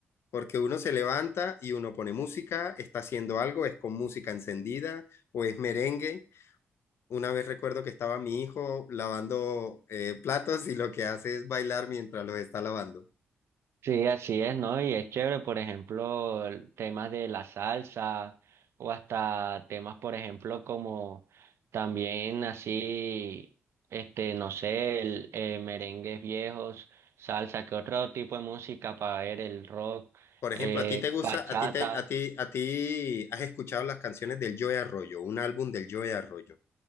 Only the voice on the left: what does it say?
porque uno se levanta y uno pone música, está haciendo algo, es con música encendida o es merengue. Una vez recuerdo que estaba mi hijo lavando eh, platos y lo que hace es bailar mientras los está lavando.
Por ejemplo,
a ti te gusta,
a ti te, a ti, a ti has escuchado las canciones del Joe Arroyo, un álbum del Joe Arroyo.